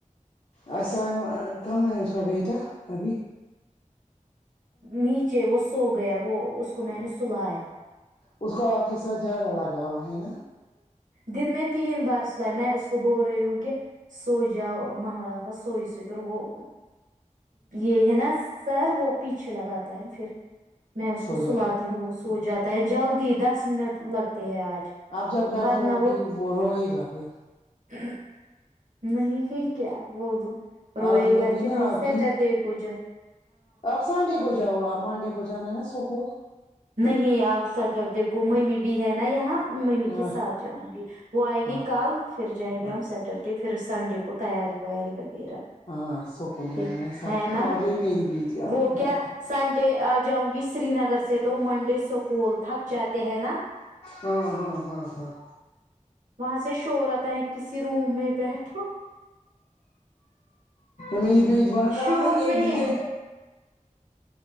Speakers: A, on the left; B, on the right.
A: آئی سائمہ کہاں ہے آ اس کا بیٹا ابھی
B: نیچے وہ سو گیا وہ اس کو میں نے سلایا
A: اس کو آپ کے ساتھ زیادہ لگاو ہے نا
B: دن میں تین بار سل میں اس کو بول رہی ہوں کہ سو جاؤ محمد سو سوئی کر وہ یہ ہے نا سر وہ پیچھے لگاتا ہے پھر میں اس
A: سوجا
B: کو سلاتی ہوں سو جاتا ہے جلدی دس منٹ لگتے ہے آج
A: آپ جب گھر
B: ورنہ
A: جاؤ گی وہ روئے گا پھر
B: ہاں نہیں ہی کیا بولوں روئے
A: عادت
B: گا
A: ہوگی
B: کہ
A: نا
B: نہیں
A: آپ
B: سیٹرڈے
A: کی
B: کو جا
A: آپ سنڈے کو جاؤ آپ منڈے کو جانا ہے نا سکول
B: نہیں آپ سیٹرڈے کو ممی بھی ہے نا یہاں ممی
A: ہاں
B: کے ساتھ جاؤں گی وہ آئے
A: ہاں
B: گی کل پھر جائیں گی
A: ہاں
B: ہم سیٹر ڈ ے پھر سنڈے کو تیاری ویاری وغیرہ
A: ہاں سکول جان
B: دیکھ
A: سب
B: ہے نا
A: آ گئی میری بیٹی
B: وہ
A: آ گئی
B: کیا
A: آ
B: سنڈے آ جاؤں گی سری نگر سے تو منڈے سکول تھک جاتے ہیں نا
A: ہاں ہاں ہاں ہاں
B: وہاں سے شور آیا تا ہے کسی روم میں بیٹھو
A: میری بجبان کا
B: شور
A: ہے نا یہ
B: نہیں
A: یہ